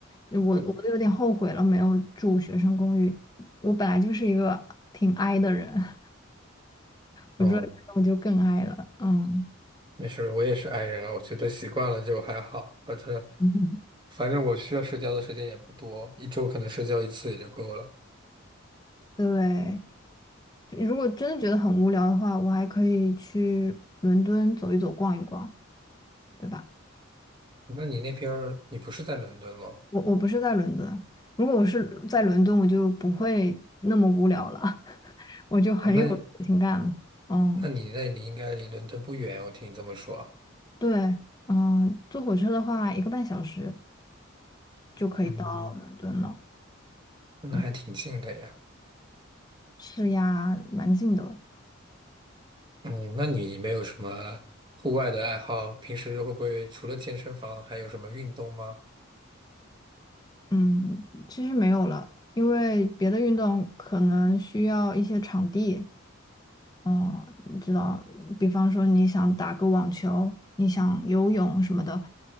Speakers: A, on the left; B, on the right.
A: 我我都有点后悔了，
B: 嗯，
A: 没有住学生公寓。我本来就是一个挺 i 的人，<laughs> 我住在这我就更
B: 嗯，
A: i 了。嗯，
B: 没事儿，我也是 i 人啊，我觉得习惯了就还好，反正
A: <laughs>
B: 反正我需要社交的时间也不多，一周可能社交一次也就够了。
A: 对。如果真的觉得很无聊的话，我还可以去伦敦走一走、逛一逛，对吧？
B: 那你那边儿你不是在伦敦咯？
A: 我我不是在伦敦，如果我是在伦敦，我就不会那么无聊了，<laughs> 我就很有事情感了。
B: 啊，那
A: 嗯，
B: 那你那里应该离伦敦不远，我听你这么说啊。
A: 对，嗯，坐火车的话，一个半小时就可以到伦敦了。
B: 嗯，那还挺近的呀。
A: 嗯，是呀，蛮近的。
B: 嗯，那你没有什么户外的爱好？平时会不会除了健身房还有什么运动吗？
A: 嗯，其实没有了，因为别的运动可能需要一些场地。哦，你知道，比方说你想打个网球，你想游泳什么的，